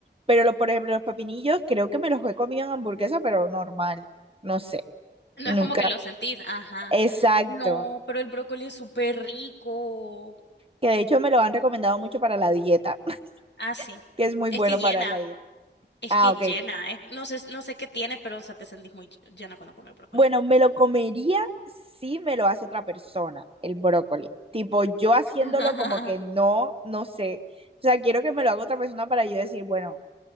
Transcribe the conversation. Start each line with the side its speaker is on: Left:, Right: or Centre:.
Right: Pero, lo, por ejemplo, los pepinillos, creo que me los he comido en hamburguesa, pero normal, no sé,
Left: No
Right: nunca.
Left: es como que lo sentís. Ajá.
Right: Exacto.
Left: No, pero el brócoli es súper rico.
Right: que de hecho me lo han recomendado mucho para la dieta,
Left: Ah, sí.
Right: <laughs> que es muy
Left: Es
Right: bueno
Left: que llena.
Right: para la dieta.
Left: Es
Right: Ah,
Left: que
Right: ok.
Left: llena. es- no sé, no sé qué tiene, pero o sea, te sentís muy ll- llena cuando comes brócoli.
Right: Bueno, me lo comería si me lo hace otra persona, el brócoli. Tipo, yo haciéndolo
Left: <laughs>
Right: como que no, no sé. O sea, quiero que me lo haga otra persona para yo decir, bueno,